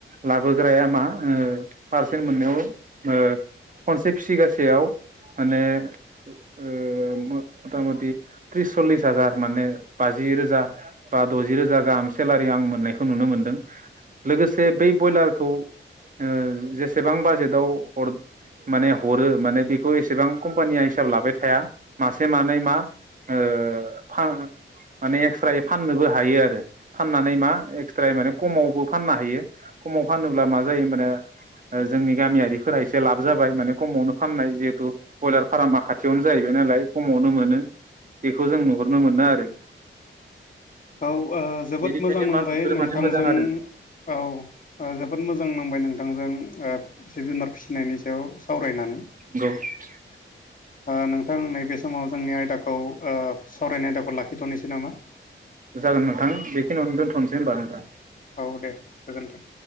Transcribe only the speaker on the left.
औ ओ जोबोद
मोजां नांबाय
नोंथांजों
औ ओ जोबोद मोजां नांबाय नोंथांजों ओ जिब जुनार फिसिनायनि सायाव सावरायनानै
ओ नोंथां नैबे समाव जोंनि आयदाखौ ओ सावरायनाय आयदाखौ लाखिथ'नोसै नामा?
औ दे गोजोन्थों।